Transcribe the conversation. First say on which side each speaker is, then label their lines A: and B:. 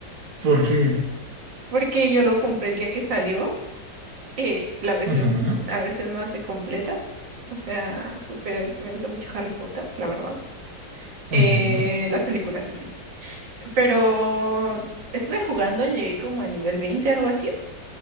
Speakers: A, on the right; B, on the right.
A: porque
B: Porque yo lo compré el día que salió. eh, la versión,
A: Ujú,
B: la versión más de completa. O sea, súper, me gusta mucho Harry Potter, la verdad. Eh,
A: ujú.
B: las películas en sí. Pero estuve jugando, llegué como a nivel 20 algo así,